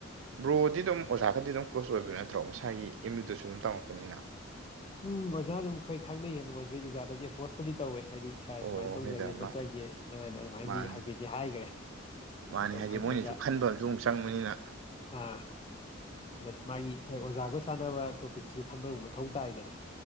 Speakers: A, on the right; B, on the left.
A: ꯕ꯭ꯔꯣꯗꯤ ꯑꯗꯨꯝ ꯑꯣꯖꯥ ꯒꯗꯤ ꯑꯗꯨꯝ ꯀꯣꯁ ꯑꯣꯏꯕ ꯅꯠꯇ꯭ꯔꯣ ꯃꯁꯥꯒꯤ ꯑꯦꯝ ꯌꯨꯗꯁꯨ ꯑꯗꯨꯝ ꯇꯝꯃꯛꯄꯅꯤꯅ
B: ꯎꯝ ꯑꯣꯖꯥ ꯑꯗꯨꯝ ꯈꯪꯅꯩꯌꯦ ꯑꯣꯖꯥꯗꯁꯨ ꯑꯦꯄ꯭ꯔꯣꯁꯄꯨꯗꯤ ꯇꯧꯋꯦ ꯍꯥꯏꯗꯤ ꯁꯥꯔ
A: ꯑꯣ
B: ꯁꯨꯃꯥꯏꯅ ꯇꯧꯖꯒꯦ
A: ꯍꯣꯏꯗ
B: ꯈꯣꯠꯆꯒꯦ
A: ꯃꯥ
B: ꯑꯅ ꯑꯗꯨꯃꯥꯏꯅꯗꯤ
A: ꯃꯥꯅꯤ
B: ꯍꯥꯏꯐꯦꯠꯇꯤ ꯍꯥꯏꯈ꯭ꯔꯦ
A: ꯃꯥꯅꯤ
B: ꯑꯗꯣ
A: ꯍꯥꯏꯗꯤ
B: ꯈꯪꯗꯦ
A: ꯃꯣꯏꯅꯁꯨ
B: ꯑꯣꯖꯥ
A: ꯈꯟꯕ ꯑꯃꯁꯨ ꯑꯃꯨꯛ ꯆꯪꯕꯅꯤꯅ
B: ꯑꯥ ꯑꯗ ꯃꯥꯒꯤ ꯑꯣꯖꯥꯒ ꯆꯥꯟꯅꯕ ꯇꯣꯄꯤꯛꯁꯤꯁꯨ ꯈꯟꯕ ꯑꯃꯨꯛ ꯃꯊꯧ ꯇꯥꯏꯗꯅ